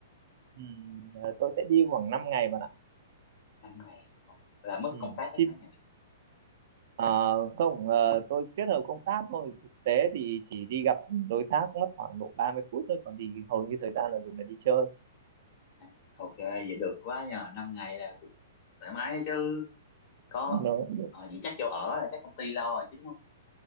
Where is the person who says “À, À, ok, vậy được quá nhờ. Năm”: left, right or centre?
Left